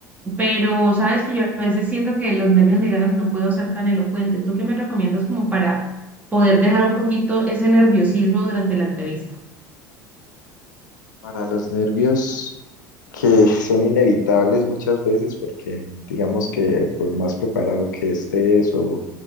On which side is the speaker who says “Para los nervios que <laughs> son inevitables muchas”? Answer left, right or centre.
Left